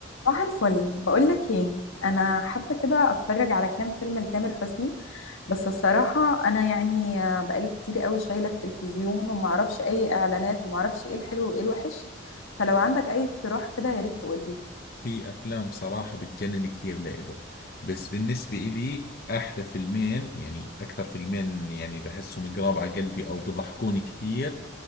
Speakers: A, on the left; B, on the left.
A: صباح الفل بقول لك ايه انا حابه كده اتفرج على كام فيلم لتامر حسني بس الصراحه انا يعني آه، بقالي كتير قوي شايله التلفزيون ومعرفش اي اعلانات ومعرفش ايه الحلو وايه الوحش فلو عندك اي اقتراح كده يا ريت تقول لي
B: في افلام بصراحة بتجنن كثير لإله بس بالنسبة إلي احلى فيلمين يعني اكثر فيلمين يعني بحسهم قراب على قلبي او بضحكوني كثير